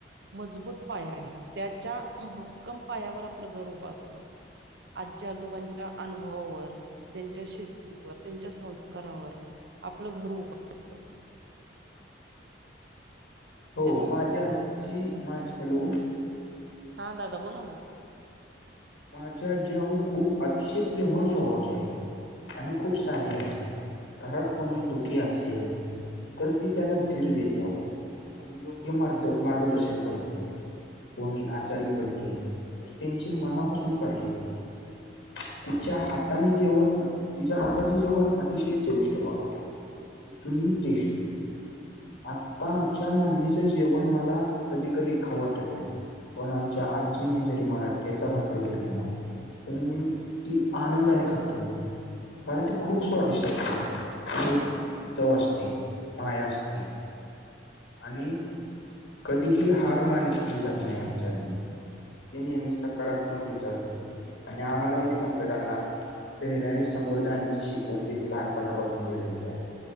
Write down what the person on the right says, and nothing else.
मजबूत पाया आहेत. त्याच्या भक्कम पायावर आपलं घर उभं असतं. आजी आजोबांच्या अनुभवावर, त्यांच्या शिस्तीवर, त्यांच्या संस्कारावर आपलं घर उबा असतं
हॅलो
हां दादा बोला ना.